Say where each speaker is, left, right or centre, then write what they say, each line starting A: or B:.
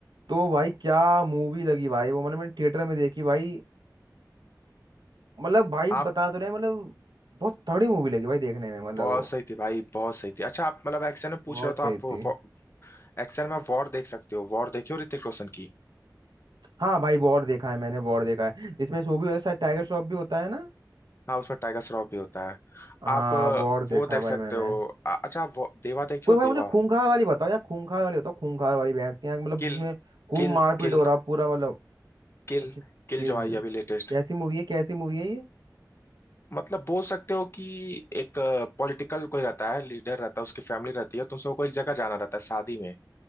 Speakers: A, on the right; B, on the left.
A: तो भाई क्या मूवी लगी भाई वो मतलब मैंने थिएटर में देखी भाई मतलब भाई
B: आप
A: बता तो रहे हैं, मतलब बहुत तगड़ी मूवी लगी भाई देखने में मतलब
B: बहुत
A: वो
B: सही थी भाई बहुत सही थी अच्छा आप मतलब एक्शन में पूछ
A: बहुत
B: रहे हो
A: सही
B: तो आप
A: थी
B: एक्शन में वॉर देख सकते हो वॉर देखे हो ऋतिक रोशन की
A: हाँ भाई वॉर देखा है मैंने वॉर देखा है जिसमें वो भी होता है शायद टाइगर श्रॉफ भी होता है ना
B: हाँ उसमें टाइगर श्रॉफ भी होता है
A: हाँ
B: आप अ,
A: वॉर देखा
B: वो देख
A: है भाई
B: सकते
A: मैंने
B: हो अ- अच्छा आप वो- देवा देखे
A: कोई
B: हो Deva
A: भाई मुझे खूंखार वाली बताओ यार खूंखार वाली बताओ खूंखार वाली भैंस के यहाँ मतलब
B: Kill
A: जिसमें खूब
B: Kill
A: मारपीट
B: Kill
A: हो रहा पूरा मतलब
B: Kill
A: अच्छा
B: Kill
A: किल
B: जो आई अभी लेटेस्ट
A: कैसी मूवी है कैसी मूवी है ये
B: मतलब बोल सकते हो कि एक पॉलिटिकल कोई रहता है लीडर रहता है उसकी फैमिली रहती है तो उसे को एक जगह जाना रहता है शादी में